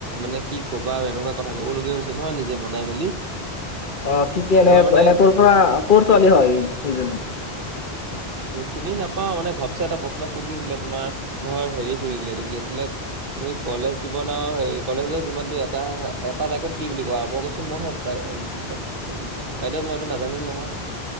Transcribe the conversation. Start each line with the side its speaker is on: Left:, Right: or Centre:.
Right: মানে কি ক'বা আৰু এনেকুৱা কথা কব লগীয়া হৈছে নহয় নিজে বনাই মেলি
Left: অ কি কি এনে
Right: ধৰ মানে
Left: এনে কৰ
Right: ঘ-
Left: পৰা কৰ ছোৱালী হয় সেইজনী?
Right: <inaudible> চিনি নাপাও মানে ঘপচে এটা প্ৰশ্ন সুধি দিলে তোমাৰ ধৰ হেৰি সুধি দিলে ত কি আছিলে তুমি কলেজ জীৱন আৰু হেই কলেজৰ জীৱনতটো এটা এটা বাক্যত কি বুলি কোৱা মই কৈছো মই উ বাইদেউ মই এইটো নাজানিম নহয়